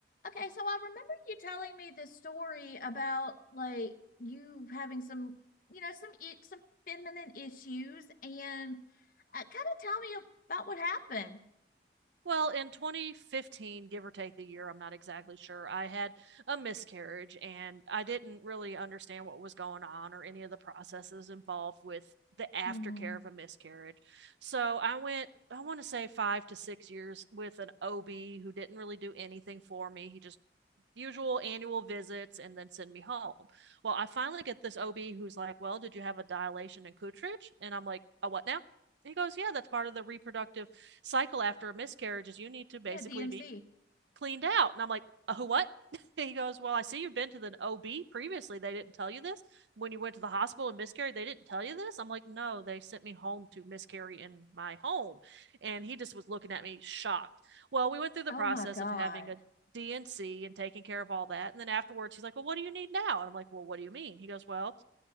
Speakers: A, on the left; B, on the right.
A: Okay, so I remember you telling me this story about like you having some, you know, some i- some feminine issues, and uh, kind of tell me about what happened.
B: Well, in 2015, give or take the year, I'm not exactly sure, I had a miscarriage and I didn't really understand what was going on or any of the processes involved with the aftercare
A: hmm
B: of a miscarriage. So I went, I want to say five to six years with an OB who didn't really do anything for me. He just usual annual visits and then send me home. Well, I finally get this OB who's like, Well, did you have a dilation and Kutrich? And I'm like, A what now? And he goes, Yeah, that's part of the reproductive cycle after a miscarriage is you need to basically
A: Yeah, DNC.
B: be cleaned out. And I'm like, oh, what? <laughs> he goes, well, I see you've been to the OB previously. They didn't tell you this. When you went to the hospital and miscarried, they didn't tell you this. I'm like, no, they sent me home to miscarry in my home. And he just was looking at me shocked. Well, we went through the
A: Oh
B: process
A: my God.
B: of having a D and C and taking care of all that. And then afterwards, he's like, Well, what do you need now? And I'm like, Well, what do you mean? He goes, Well,